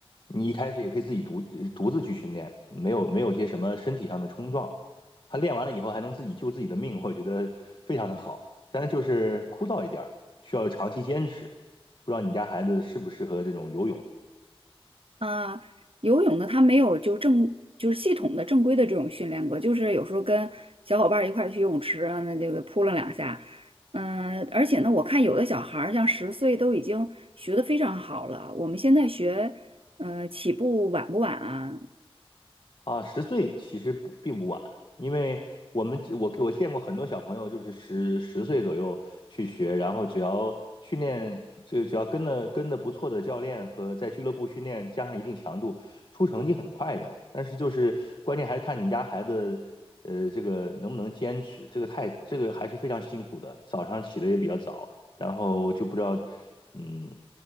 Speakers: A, on the left; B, on the right.
A: 你一开始也可以自己独独自去训练，没有没有些什么身体上的冲撞，他练完了以后还能自己救自己的命，我觉得非常的好。但是就是枯燥一点儿，需要长期坚持。不知道你们家孩子适不适合这种游泳？
B: 啊，游泳呢，他没有就正就是系统的正规的这种训练过，就是有时候跟小伙伴儿一块儿去游泳池啊，那这个扑棱两下，嗯，而且呢，我看有的小孩儿像十岁都已经学的非常好了，我们现在学，嗯，起步晚不晚啊？
A: 啊，十岁其实不并不晚，因为我们只我我见过很多小朋友，就是十十岁左右去学，然后只要训练，这只要跟的跟的不错的教练和在俱乐部训练，加上一定强度，出成绩很快的。但是就是关键还看你们家孩子，呃，这个能不能坚持，这个太这个还是非常辛苦的，早上起的也比较早，然后就不知道，嗯，